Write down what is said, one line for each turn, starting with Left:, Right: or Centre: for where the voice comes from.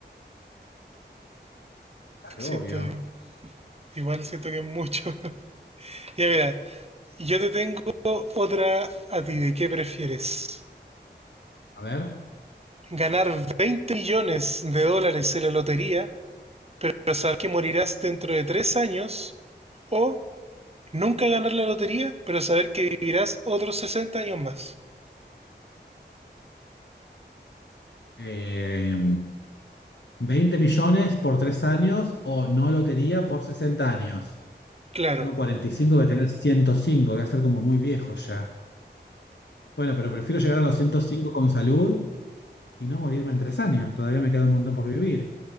Left: Claro,
Right: siento
Left: obvio.
Right: yo. Igual siento que es mucho. <laughs> ya mira, yo te tengo otra a ti. ¿De qué prefieres?
Left: A ver.
Right: ¿Ganar 20 millones de dólares en la lotería, saber que morirás dentro de tres años? ¿O nunca ganar la lotería, pero saber que vivirás otros 60 años más?
Left: Eh, 20 millones por 3 años o no lotería por 60 años.
Right: Claro,
Left: Tengo 45, voy a tener 105, voy a ser como muy viejo ya. Bueno, pero prefiero llegar a los 105 con salud y no morirme en 3 años. Todavía me queda un montón por vivir.